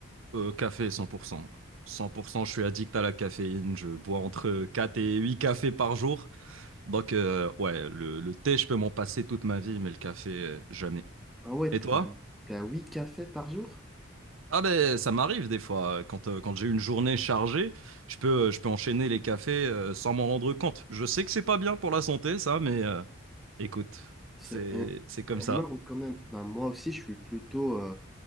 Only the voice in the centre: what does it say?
Ah ouais,
t'es
t'es à 8 cafés par jour?
C'est
é-
c'est
énorme quand même. Bah, moi aussi, je suis plutôt euh,